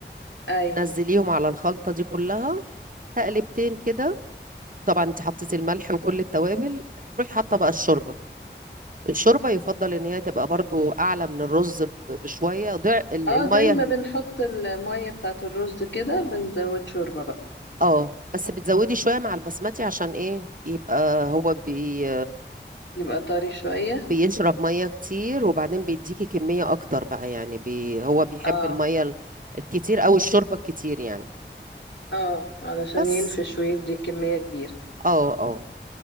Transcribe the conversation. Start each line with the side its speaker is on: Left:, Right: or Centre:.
Left: اي
Right: نزليهم على الخلطة دي كلها تقلبتين كده طبعا انت حطيتي الملح وكل التوابل روحي حاطة بقى الشوربة الشوربة يفضل ان هي تبقى برضو أعلى من الرز ب- بشوية ضع ال-
Left: اه
Right: المية
Left: زي ما بنحط المية بتاعة الرز كده بنزود شوربة بقى
Right: اه بس بتزودي شوية مع البسمتي عشان ايه يبقى هو بي
Left: يبقى طري شوية
Right: بيشرب ميه كتير وبعدين بيديكي كميه اكتر بقى يعني بي هو بيحب
Left: اه
Right: الميه ال- الكتير او الشوربه الكتير يعني
Left: اه علشان
Right: بس
Left: ينفش ويدي كمية كبيرة
Right: اه اه